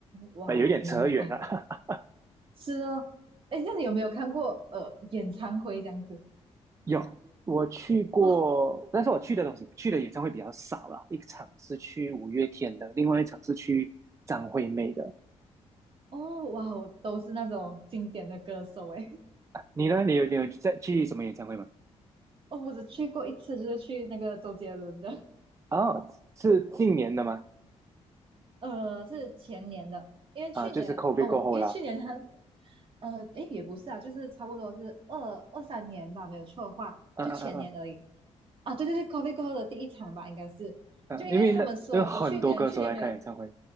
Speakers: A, on the right (about 50°); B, on the right (about 25°).
A: 哇，
B: 啊有点扯远了。
A: 明白，
B: <laughs>
A: 是哦。哎，那你有没有看过呃演唱会这样子？
B: 有，我去过，
A: 哦
B: 但是我去的东西去的演唱会比较少啦。一场是去五月天的，另外一场是去张惠妹的。
A: 哦，哇，我都是那种经典的歌手哎。<laughs>
B: 你呢？你有你有在去什么演唱会吗？
A: 哦，我只去过一次，就是去那个周杰伦的。
B: 哦，是近年的吗？
A: 呃，是前年的，因为去年哦，
B: 啊，就是 COVID 过后啦。
A: 因为去年他，呃，诶，也不是啊，就是差不多是二二三年吧，没有错的话，
B: 嗯嗯嗯嗯
A: 就前年而已。啊，对对对，COVID f 过后的第一场吧，应该是，
B: 嗯，
A: 就因为他们说我去年去年没有
B: 因为那有很多歌手来开演唱会，